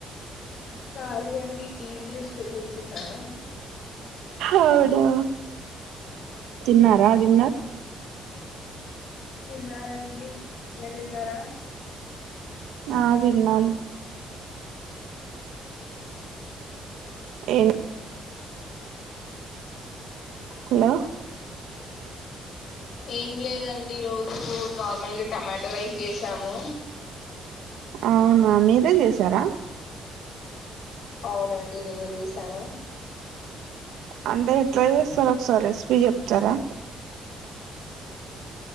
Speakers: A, on the left (about 65°); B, on the right (about 80°).
A: ఖళీ అండి టీవీ చూస్తూ కూర్చున్నాను
B: అవునా తన్నారా డిన్నర్
A: తిన్నారండి మీరు తిన్నారా
B: ఆ తిన్నాం ఏను హలో
A: ఏం లేదండి రోజు నార్మల్గా టమాటో రైస్ చేసాము
B: అవునా మీరే చేసారా
A: అవునండి నేనే చేశాను
B: అంటే ఎట్లా చేస్తారు ఒకసారి రెసిపీ చెప్తారా